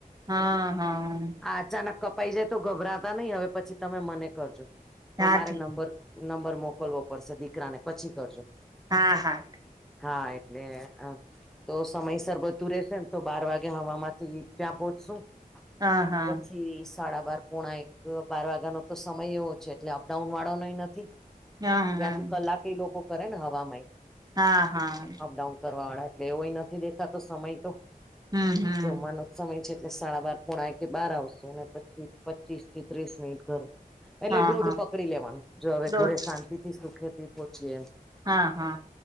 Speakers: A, on the right (about 25°); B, in the centre.
A: હા હા.
B: આચાનક કપાઈ જાય તો ગભરાતા નઈ હવે પછી તમે મને કરજો પણ
A: હા
B: મારે
A: ઠીક
B: નંબર નંબર મોકલવો પડશે દીકરાને પછી કરજો.
A: હા હા
B: હા એટલે અહ તો સમયસર બધું રેશે તો બાર વાગે હવામાંથી ત્યાં પોચશું
A: હા હા
B: પચીસ. સાડા બાર પોણા એક બાર વાગ્યાનો તો સમય એવો છે એટલે અપડાઉન વાળો નય નથી.
A: હા
B: ત્યાંથી
A: હમ
B: કલાકે એ લોકો કરે ને હવામાંય.
A: હા હા.
B: ડાઉન કરવા વાળા એટલે એવોય નથી દેતા સમય તો
A: હમ હમ
B: જમવાનો સમય છે એટલે સાડા બાર પોણા કે બાર આવશો અને પછી પચીસ થી ત્રીસ મિનિટ ઘરે. એટલે
A: હા
B: દોઢ
A: હા
B: પકડી લેવાનું જો હવે
A: દોઢ
B: ઘરે શાંતિથી સુખેથી પોચી એ એમ.
A: હા હા